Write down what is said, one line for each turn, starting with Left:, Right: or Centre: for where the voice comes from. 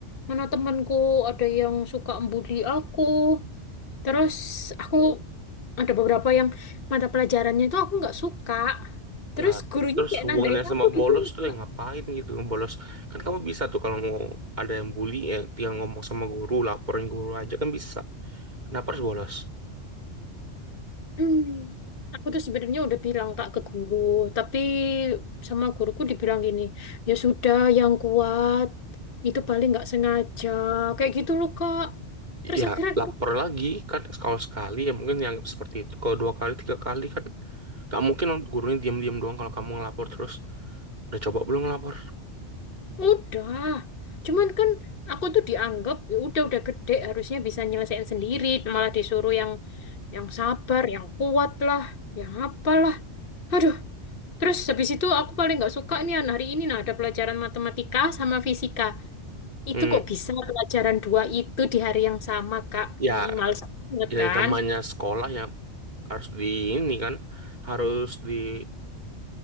Left: Mana temanku, ada yang suka membuli aku. Terus aku ada beberapa yang mata pelajarannya itu aku nggak suka. Terus
Right: Ya,
Left: gurunya
Right: terus
Left: kayak
Right: hubungannya
Left: nandain
Right: sama
Left: aku
Right: bolos
Left: gitu loh,
Right: tuh
Left: Kak.
Right: yang ngapain gitu bolos. Kan kamu bisa tuh kalau mau ada yang bully ya tinggal ngomong sama guru, laporin guru aja kan bisa. Kenapa harus bolos?
Left: Hmm. Aku tuh sebenarnya udah bilang Kak ke guru, tapi sama guruku dibilang gini, ya sudah yang kuat, itu paling nggak sengaja, kayak gitu loh Kak. Terus
Right: ya
Left: akhirnya
Right: lapor lagi kan kalau sekali ya mungkin yang seperti itu kalau dua kali tiga kali kan gak mungkin gurunya diam-diam doang kalau kamu ngelapor terus udah coba belum ngelapor
Left: udah, cuman kan aku tuh dianggap "Ya udah udah gede harusnya bisa nyelesain sendiri, malah disuruh yang yang sabar, yang kuat lah, yang apalah. Aduh, terus habis itu aku paling nggak suka nih An, hari ini nah ada pelajaran matematika sama fisika. Itu
Right: hmm
Left: kok bisa pelajaran dua itu di hari yang sama, Kak?
Right: ya
Left: Ih, males banget
Right: ya
Left: kan?
Right: namanya sekolah ya harus di ini kan harus dikerjain